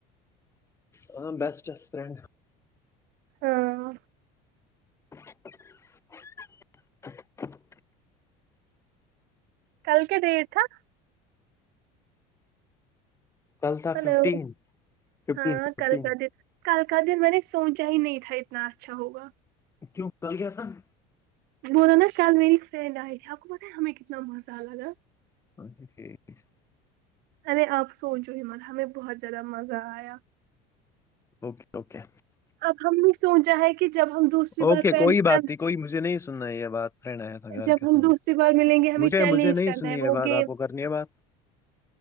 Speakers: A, on the left; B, on the right.
A: ہاں بیسٹس فرینڈ
B: ہاں
A: <inaudible>
B: کل کے دی تھا <unintelligible>
A: کل تھا
B: ہلو
A: ففٹین ففٹین
B: ہاں
A: ففٹین
B: کلاد <unintelligible> کل کا دن میں نے سونچا ہی نہیں تھا اتنا اچھا ہوگا
A: کیوں کل گیا تھا <inaudible>
B: بول نا شل میری فرینڈ آئی تھی آپ کو پت ہمیں کتنا مزہ آ ل تھاا
A: اچا ٹھیک <inaudible>
B: ارے آپ سوچو ہی مل ہمیں بہت زیادہ مزہ آیا
A: اوکے اوکے
B: اب ہم نے سوچا ہے کہ جب ہم دوسری
A: اوکے
B: بار فرینڈ
A: کوئی بات نہیں کوئی مجھے نہیں سننا ہے یہ بات فرین آیا
B: جب
A: کیا
B: ہم
A: تھا
B: دوسری بار ملیں گے ہمیں
A: مجھے
B: چیلنج
A: مجھے نہیں
B: کرنا
A: سنی
B: وہ
A: ہے بات
B: گیم
A: آپ کو کرنی ہے بات <inaudible>